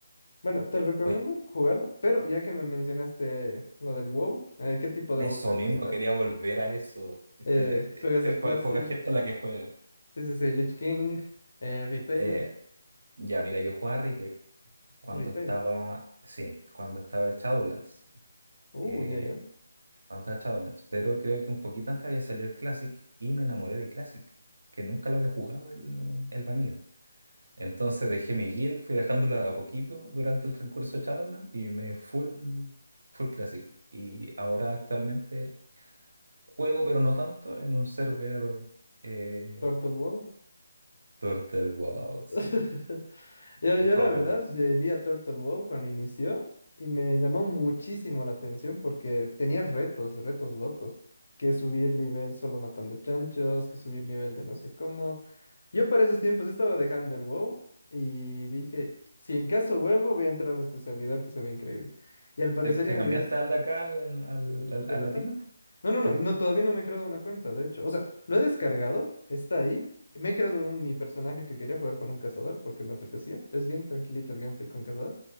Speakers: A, on the left; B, on the right.
A: Bueno, te recomiendo
B: Oye,
A: jugarlo, pero ya que me mencionaste lo del WoW, eh, ¿qué tipo
B: eso
A: de WoW te
B: mismo,
A: gusta?
B: quería volver a eso. Es
A: Eh,
B: que eh,
A: ¿juegas
B: es
A: el
B: po-
A: Classic?
B: poca gente la que juega.
A: Sí, sí, sí, Lich King, eh, Retail,
B: Eh, ya, mira, yo jugaba retail. cuando
A: Retail.
B: estaba, sí, cuando estaba el Shadowlands.
A: Uh,
B: eh,
A: ya, ya.
B: cuando estaba Shadowlands. Pero creo que un poquito antes había salido el Classic y me enamoré de Classic, que nunca lo había jugado el, el Vanilla. Entonces dejé mi guild, fui dejándola de a poquito durante el transcurso de Shadowlands y me full, full Classic. Y ahora actualmente juego, pero no tanto, en un server eh,
A: Turtle WoW.
B: Turtle Wow, sí,
A: <laughs> Yo,
B: es
A: yo
B: fabuloso.
A: la verdad eh, vi a Turtle Wow cuando inició y me llamó muchísimo la atención porque tenía retos, retos locos, que subir nivel solo matando chanchos, que subir nivel de no sé cómo. Yo para esos tiempos estaba dejando el WoW y dije, si en caso vuelvo voy a entrar a este servidor que se ve increíble. Y al parecer
B: ¿Te, te
A: ya han
B: cambiaste
A: abierto
B: al de acá al, al, al-
A: ¿De
B: al
A: Latam?
B: latino?
A: No, no,
B: Sí.
A: no, no, todavía no me he creado una cuenta, de hecho. O sea, lo he descargado, está ahí. Me he creado un- mi personaje que quería jugar con un cazador porque me apetecía. Es bien tranquilito el gameplay con cazador.